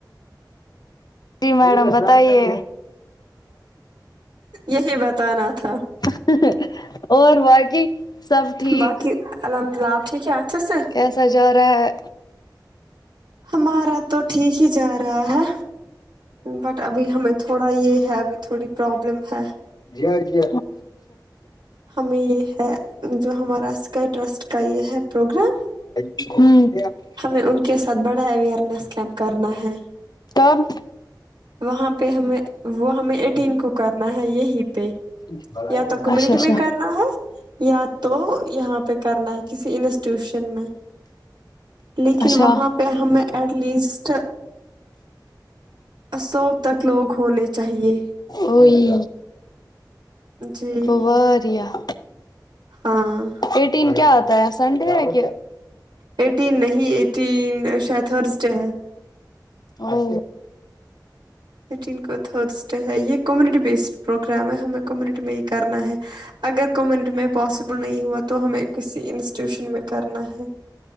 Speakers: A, on the left; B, on the right.
A: جی میڈم بتائیے
B: یہی بتانا تھا
A: <unintelligible> اور باقی سب ٹھیک
B: باقی الحمدلہ آپ ٹھیک ہے اچھے سے
A: کیسا جا رہا ہے
B: ہمارا تو ٹھیک ہی جا رہا ہے بٹ ابھی ہمیں تھوڑا یہ ہے اب تھوڑی پروابلم ہے
A: جی جی
B: ہمیں یہ ہے جو ہمارا سکائی ٹرسٹ کا یہ ہے پروگرام
A: ہوں
B: ہمیں ان کے ساتھ بڑا اوئیرنیس کیمپ کرنا ہے
A: تب
B: وہاں پہ ہمیں وہ ہمیں ایٹین کو کر نہ یہی پ
A: اچھا
B: یا تو کمیونٹی
A: اچھا
B: میں کرنا ہے یا تو یہاں پہ کرنا ہے کسی ٹیوشن میں لیکن
A: اچھا
B: وہاں پہ ہمیں ایٹ لیسٹ سو تک لوگ ہونے چاہیے
A: کوئی
B: جی
A: گویا <inaudible>
B: ہاں
A: ایٹین کیا تھا د س ہڈک
B: اٹی نہیں تین شاید تھرس ڈے ہے
A: او
B: ایٹین کو تھرس ہے یہ کمیونٹی بیسڈ پروگرام ہے ہمیں کمیونٹی میں ہی کرنا ہے اگر کمیونٹی میں پاسبل نہیں ہوا تو ہمیں کسی انسٹیٹیوشن میں کرنا ہے